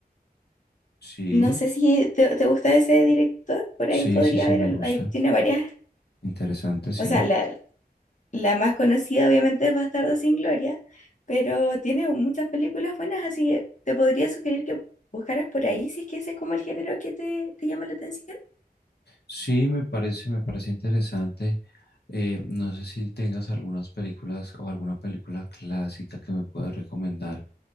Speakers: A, on the left; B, on the left.
A: Sí,
B: No sé si te, te gusta ese director, por
A: sí,
B: ahí podría
A: sí, sí,
B: haber,
A: me
B: al-
A: gusta.
B: ahí tiene varias,
A: Interesante, sí.
B: o sea, la- La más conocida obviamente es Bastardo sin Gloria, pero tiene muchas películas buenas, así que te podría sugerir que buscaras por ahí si es que ese es como el género que te, te llama la atención.
A: Sí, me parece, me parece interesante. Eh, no sé si tengas algunas películas o alguna película clásica que me puedas recomendar.